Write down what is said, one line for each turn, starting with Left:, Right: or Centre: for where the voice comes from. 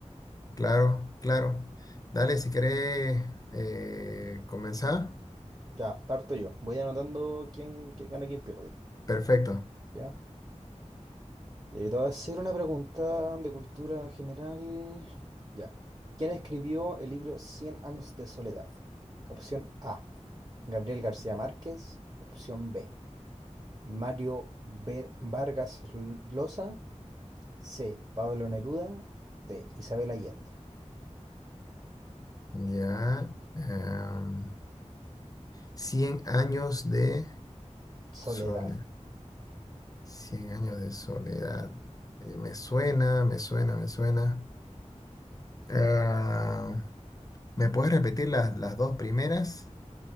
Left: Claro, claro. Dale, si querés eh, comenzar.
Right: Ya, parto yo. Voy anotando quién, quién gana y quién pierde.
Left: Perfecto.
Right: ¿Ya? Y ahí te voy a hacer una pregunta de cultura general. Ya. ¿Quién escribió el libro Cien años de soledad? Opción A, Gabriel García Márquez. Opción B, Mario Ver- Vargas Llosa. C. Pablo Neruda. D. Isabel Allende.
Left: Ya. em, cien años de
Right: Soledad.
Left: soledad. cien años de soledad. Eh, me suena, me suena, me suena. Ah, ¿me puedes repetir las las dos primeras?